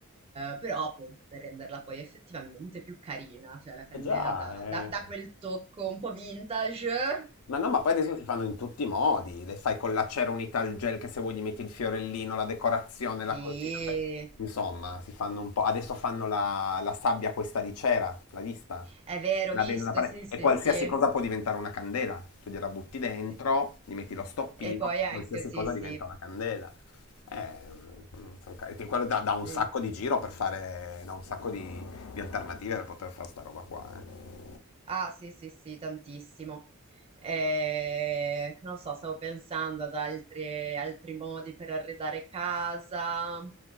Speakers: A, on the right (about 25°); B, on the left (about 80°).
A: però appunto per renderla poi effettivamente più carina, cioè la candela
B: Eh già,
A: dà
B: eh.
A: dà- dà quel tocco un po' vintage.
B: Ma no, ma poi adesso si fanno in tutti i modi. Le fai con la cera unita al gel che se vuoi gli metti il fiorellino, la decorazione,
A: Sì.
B: la cosina. cioè, Insomma, si fanno un po'. Adesso fanno la, la sabbia questa di cera, l'hai vista?
A: È vero,
B: Che
A: ho visto,
B: La vendono alla parete.
A: sì, sì,
B: E qualsiasi
A: sì.
B: cosa può diventare una candela. Tu gliela butti dentro,
A: Sì.
B: gli metti lo stoppino,
A: E poi anche,
B: qualsiasi
A: sì,
B: cosa
A: sì.
B: diventa una candela. Eh, mm, son ca- che quello dà, dà un
A: Sì.
B: sacco di giro per fare, dà un sacco di, di alternative per poter fare sta roba qua, eh.
A: Ah, sì, sì, sì, tantissimo. Eh, non lo so, stavo pensando ad altre- altri modi per arredare casa.